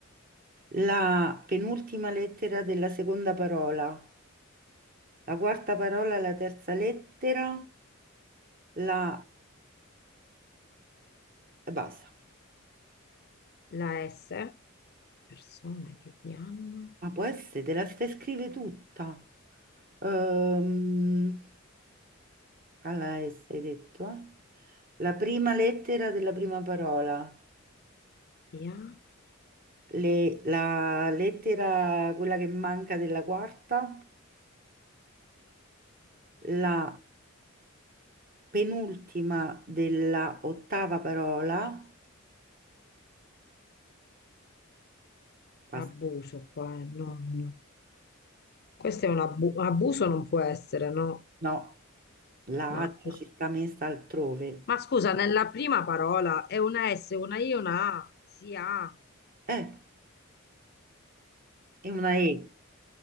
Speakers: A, on the right; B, on the left.
A: la penultima lettera della seconda parola, la quarta parola, la terza lettera, la... e basta.
B: la S, persone che vi hanno?
A: Ma può essere, te la stai scrive tutta. Ehm, alla S hai detto, eh? La prima lettera della prima parola,
B: Vi ha?
A: le- la lettera, quella che manca della quarta, la penultima della ottava parola, pas-
B: Abuso qua, eh, no, no. Questo è un abu- abuso, non può essere, no,
A: no, la
B: no,
A: A
B: no.
A: ci sta messa altrove,
B: Ma scusa, nella prima parola è una S, una I, una A, si ha.
A: eh, è una E,